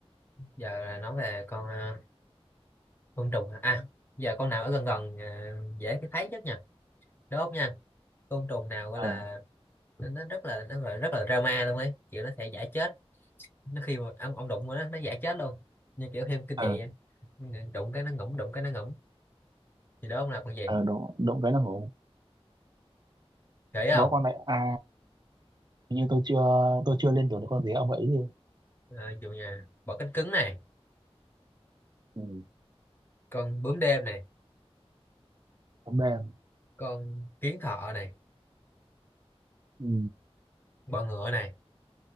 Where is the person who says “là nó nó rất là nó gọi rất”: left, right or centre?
Left